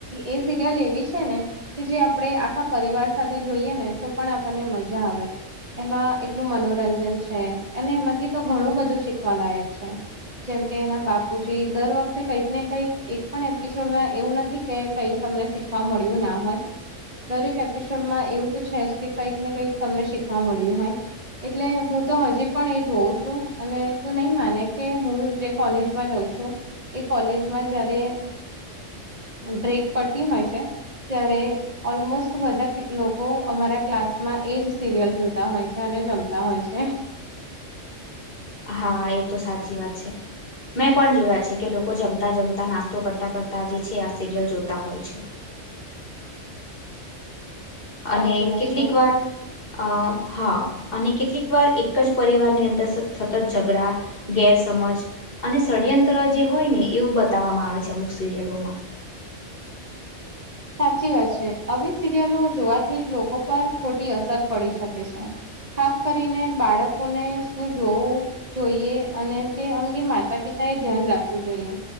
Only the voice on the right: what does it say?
એ સિરિયલ એવી છે ને કે જે આપણે આખા પરિવાર સાથે જોઈએ ને તો પણ આપણને મજા આવે એમાં એટલું મનોરંજન છે અને એમાંથી તો ઘણું બધું શીખવાલાાયક છે જેમકે એના બાપુજી દર વખતે કંઈક ને કઈક એક પણ એપિસોડમાં એવું નથી કે કઈ તમને શીખવા મળ્યું ના હોય દરેક એપિસોડમાં એવું તો છે કે કંઈક ને કંઈક તમને શીખવા મળ્યું હોય એટલે હું તો હજી પણ એ જોઉં છું અને તું નહી માને કે હું જે કોલેજમાં જઉં એ કોલેજમાં જયારે બ્રેક પડતી હોય છે ત્યારે ઓલમોસ્ટ બધા લોકો અમારા ક્લાસ માં એજ સિરિયલ જોતા હોય છે અને જમતા હોય છે
સાચી
વાત
છે.
સાચી વાત છે, આવી સિરિયલો જોવાથી લોકો પર ખોટી અસર પડી શકે છે. ખાસ કરીને બાળકોને શું જોવું જોઈએ અને તે અંગે માતા પિતા એ ધ્યાન રાખવું જોઈએ